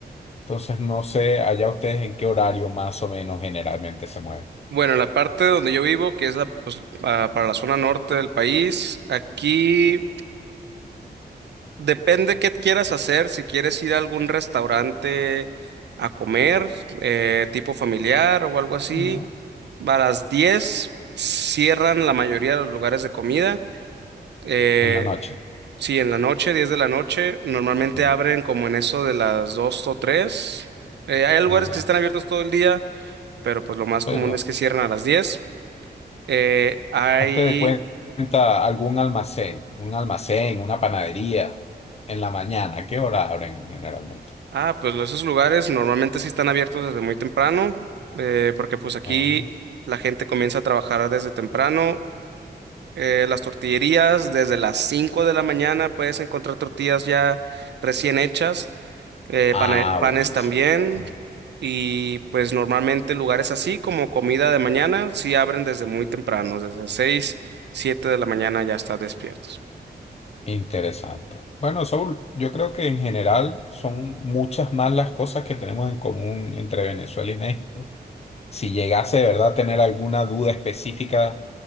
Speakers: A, on the left; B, on the right.
A: Entonces, no sé allá ustedes en qué horario más o menos generalmente se mueven.
B: Bueno, en la parte donde yo vivo, que es la, pues, pa- para la zona norte del país, aquí depende qué quieras hacer, si quieres ir a algún restaurante a comer, eh, tipo familiar o algo así,
A: Ya.
B: a las 10 cierran la mayoría de los lugares de comida. Eh,
A: En la noche.
B: Sí, en la noche, 10 de la noche, normalmente
A: Ya.
B: abren como en eso de las 2 o 3. Eh, hay lugares
A: Ya.
B: que sí están abiertos todo el día, pero pues lo más común
A: Pero
B: es que cierran a las diez. Eh, hay,
A: hazte de cuenta algún almacén, un almacén, una panadería en la mañana. ¿A ¿Qué hora abren generalmente?
B: ah, pues esos lugares normalmente sí están abiertos desde muy temprano, eh, porque pues aquí
A: Eh,
B: la gente comienza a trabajar desde temprano. Eh, las tortillerías, desde las 5 de la mañana puedes encontrar tortillas ya recién hechas. eh,
A: Ah,
B: pane- panes
A: buenísimo.
B: también.
A: Ya.
B: Y pues normalmente lugares así como comida de mañana sí abren desde muy temprano, desde las 6 7 de la mañana ya están despiertos.
A: Interesante. Bueno, Saúl, yo creo que en general son muchas más las cosas que tenemos en común entre Venezuela y México. Si llegase de verdad a tener alguna duda específica,